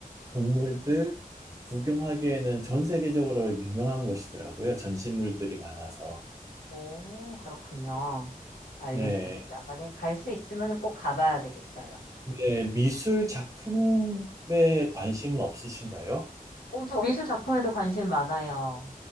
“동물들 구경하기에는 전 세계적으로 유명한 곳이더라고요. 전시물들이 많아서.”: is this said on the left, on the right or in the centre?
Right